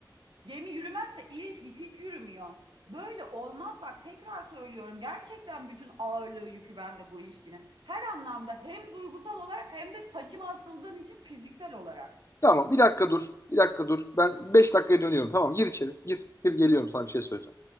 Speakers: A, on the right (about 90°); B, on the left (about 40°).
A: Gemi yürümezse ilişki hiç yürümüyor. Böyle olmaz bak tekrar söylüyorum. Gerçekten bütün ağırlığı yükü bende bu ilişkinin. Her anlamda hem duygusal olarak hem de saçıma asıldığın için fiziksel olarak.
B: Tamam bir dakika dur. Bir dakika dur. Ben 5 dakikaya dönüyorum. Tamam gir içeri. Gir. Gir geliyorum sana bir şey söyleyeceğim.